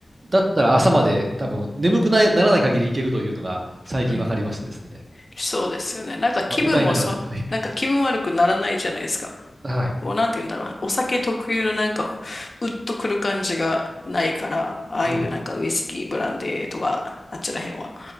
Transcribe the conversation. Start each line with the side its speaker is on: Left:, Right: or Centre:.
Right: だったら朝まで多分眠くないならない限りいけるというのが最近分かりましてですね。
Left: うん、うん、そうですよね。なんか気分もそ、
Right: まあ、歌いながらですけどね。<laughs>
Left: なんか気分悪くならないじゃないですか。
Right: はい。
Left: こう、なんて言うんだろう。お酒特有のなんか、うっとくる感じがないから、ああいうなんかウイスキー、
Right: うん、
Left: ブランデーとか、あっちらへんは、